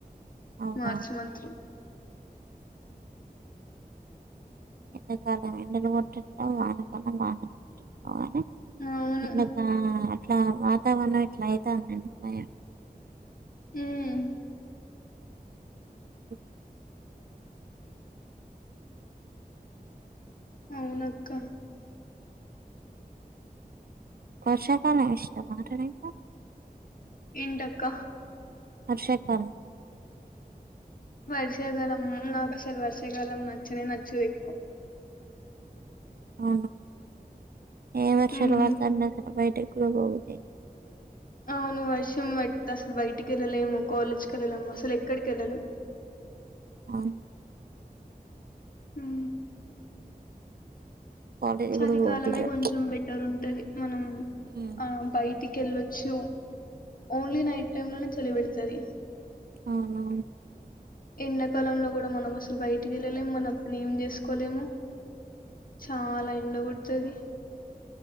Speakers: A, on the right; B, on the left.
A: అవునా
B: మార్చ మంత్లో
A: ఎంతకాలం ఎండలు కొట్టటిావు వానకాలం వానలుట్టటిావు కానీ
B: అవును
A: చిక ఇట్లా వాతావరణం ఇట్లా అయితందిందు భయం
B: మ్మ్
A: ఓ
B: అవునక్క
A: వర్షాకాలం ఇస్తామా మీకు
B: ఏంటక్క
A: చెప్పాలి
B: వర్షాకాలం నాకు అసలు వర్షాకాలం నచ్చనే నచ్చదు ఎక్కువ
A: అ ఏ వర్షాలు
B: మ్మ్.
A: వాళ్త బయటకి కుబగుతే
B: అవును వర్షం బట్టి అసలు బయటికి వెళ్ళలేము కాలేజ్కి వెళ్ళలేము అసలు ఎక్కడికి వెళ్ళలేము
A: అవును
B: హ్మ
A: కాలేజ్
B: చలికాలమే
A: కూడా పోబుద్ది కాదు
B: కొంచెం బెటర్ ఉంది తది మనం
A: ఉమ్
B: ఆ బయటికి ెళ్ళొచ్చు ఓన్లీ నైట్ టైమ్ లోనే చలి పెడుతది
A: అవునవును
B: ఎండాకాలంలో కూడా మనం అసలు బయటికి వెళ్ళలేము. మన పని ఏం చేసుకోలేము. చాలా ఎండ కొడతాది.